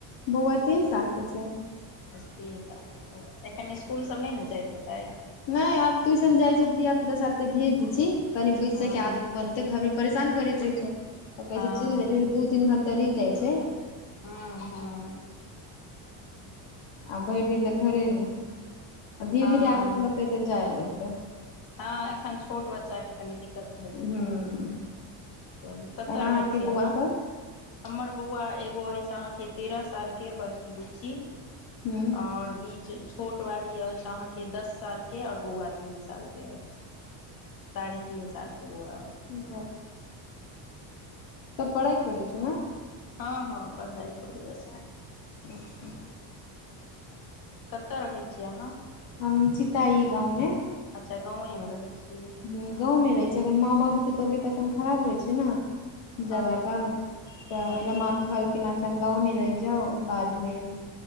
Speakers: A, on the left; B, on the left.
A: बौआ तीन साल के छै?
B: बस तीन सालके छै। एखन इसकुल सब नय ने जाइत हेतै?
A: नय आब तूइसन जाइ छै धिया पुता साथे भेज दै छी, कनि बैसऽ
B: हँ
A: के आदत बन तऽ घर मे परेशान करैत रहेै छै। तऽ कहै
B: हँ
A: छै चलि जाइ, दू तीन घंटा रहि जाइ छै
B: हँ हँ <inaudible>
A: आ भरि दिन तऽ घरेमे। आ धीरे-धीरे
B: हँ
A: आदत लगतै तऽ जाय लगतै
B: हँ एखन छोट बच्चाके कनी दिक्कत भऽ जाइ
A: हूँ
B: छै ने चलू, कतऽ
A: आर
B: रहै
A: अहाँके
B: छियै
A: बौआ
B: अहाँ?
A: सब
B: हम्मर बौआ एगो अछि अहाँके तेरह साल के बड़की बुच्ची
A: हूँ
B: आओर बीच छोट वाली अछि अहाँके दस साल के आओर बौआ तीन साल के के अछि साढ़े तीन साल के बौआ अय
A: वअच्छा <inaudible> सब पढ़ाइ करै छै ने?
B: हँ हँ पढ़ाइ करैये सब
A: <inaudible>
B: कतय रहै छियै आहाँ
A: हम चीताइ गाँवमे
B: अच्छा गाँवेमे रहै छी
A: हुँ गाँवमे रहै छै अखन माँ बाबूके तबियत एखन खराब रहै छै न जादा
B: हँ
A: काल
B: हँ
A: तऽ ओहिले
B: अच्छा
A: माँ
B: अच्छा
A: कहल किन एखन गाँवमे रहि जाउ बादमे